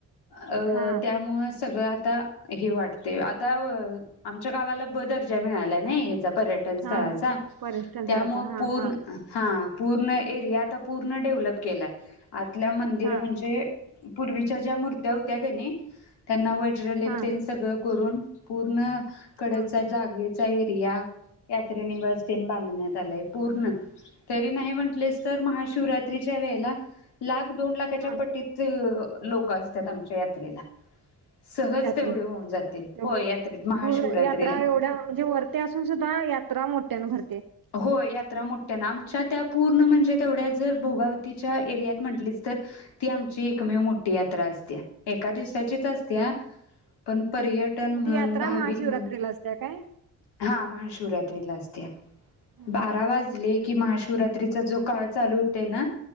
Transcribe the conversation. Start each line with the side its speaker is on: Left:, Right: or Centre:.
Left: अ
Right: हा
Left: त्यामुळे सगळ आता हे वाटते आता अ आमच्या गावाला दर्जा मिळालाय नई पर्यटन स्थळाचा
Right: हा हा पर्यटन
Left: त्यामुळे
Right: स्थळाचा हा
Left: पूर्ण
Right: हा
Left: हा पूर्ण एरिया आता पूर्ण डेव्हलप केलाय. आतल्या मंदिर
Right: हा
Left: म्हणजे पूर्वीच्या ज्या मूर्त्या होत्या कणी त्यांना व <unintelligible>
Right: हा
Left: सगळं करून पूर्ण कडेचा
Right: हा
Left: जागेचा एरिया यात्रेने बस बांधण्यात आलंय पूर्ण. तरी नाही म्हणलीस तर महाशिवरात्रीच्या वेळेला लाख दोन लाखाच्या
Right: हा
Left: पटीत लोक असतात आमच्या यात्रेला. सहज
Right: यात्रेत
Left: तेवढे होऊन जातील.
Right: तेवढी
Left: हो यात्रेत महाशिवरात्रीला
Right: पूर्ण यात्रा एवढ्या म्हणजे वरती असून सुद्धा यात्रा मोठ्यान भर
Left: होय या यात्रा मो आमच्या त्या पूर्ण म्हणजे तेवढ्या जर भोगावतीच्या एरियात म्हटलीस तर ती आमची एकमेव
Right: हा
Left: मोठी यात्रा अस त्या एका दिवसाचीच असत्या. पण पर्यटन म्हण,
Right: मग ती यात्रा
Left: भाविक
Right: महाशिवरात्रीला
Left: म्हण
Right: असत्या काय
Left: हा महाशिवरात्रीला असत्या.
Right: हं
Left: बारा
Right: हं
Left: वाजले की महाशिवरात्रीचा जो काळ चालू होतय ना